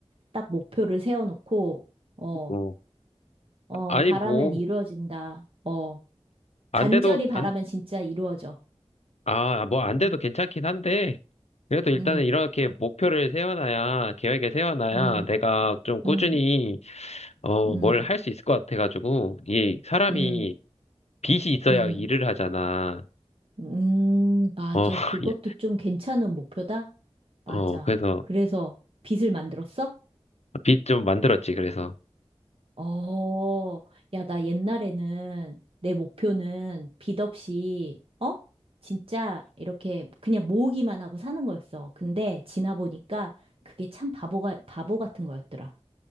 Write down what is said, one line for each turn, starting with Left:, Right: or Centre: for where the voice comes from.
Right: 딱 목표를 세워놓고, 어,
Left: 어.
Right: 어,
Left: 아니,
Right: 바라면
Left: 뭐,
Right: 이루어진다. 어,
Left: 안
Right: 간절히
Left: 돼도,
Right: 바라면
Left: 안,
Right: 진짜 이루어져.
Left: 아, 뭐, 안 돼도
Right: 음,
Left: 괜찮긴 한데, 그래도 일단은
Right: 음,
Left: 이렇게 목표를 세워놔야, 계획을 세워놔야
Right: 음,
Left: 내가 좀 꾸준히,
Right: 음,
Left: 어,
Right: 음,
Left: 뭘 할 수 있을 것 같아가지고, 이 사람이
Right: 음,
Left: 빚이 있어야
Right: 음,
Left: 일을 하잖아.
Right: 음, 맞아.
Left: 어,
Right: 그것도
Left: <laughs> 예.
Right: 좀 괜찮은 목표다? 맞아.
Left: 어, 그래서
Right: 그래서 빚을 만들었어?
Left: 빚 좀 만들었지, 그래서.
Right: 어, 야, 나 옛날에는 내 목표는 빚 없이, 어? 진짜 이렇게 그냥 모으기만 하고 사는 거였어. 근데 지나 보니까 그게 참 바보가, 바보 같은 거였더라.